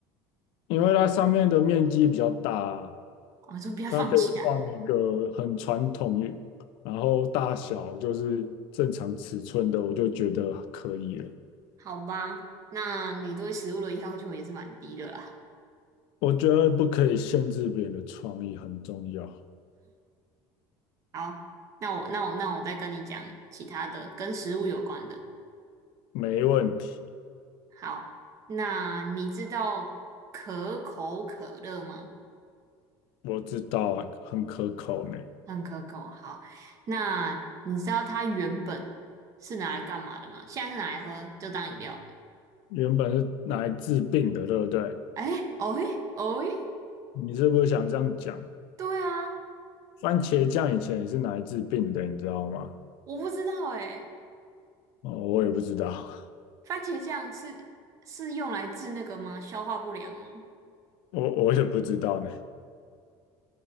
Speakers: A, on the left; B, on the right.
A: 因为它上面的面积比较大啊
B: 我说不要放弃啊，
A: 它可以放一个很传统，然后大小就是正常尺寸的，我就觉得可以了。
B: 好吧？那你对食物的要求也是蛮低的啦。
A: 我觉得不可以限制别人的创意很重要。
B: 好，那我那我那我再跟你讲其他的跟食物有关的。
A: 没问题，
B: 好，那你知道可口可乐吗？
A: 我知道啊，很可口呢。
B: 很可口。好，那你知道它原本是拿来干嘛的吗？现在是拿来喝，就当饮料嘛。
A: 原本是拿来治病的，对不对？
B: 哎，哦诶，哦诶，
A: 你是不是想这样讲？
B: 对啊，
A: 番茄酱以前也是拿来治病的，你知道吗？
B: 我不知道哎、
A: 哦，我也不知道，
B: 番茄酱是是用来治那个吗？消化不良吗？
A: <laughs> 我我也不知道呢。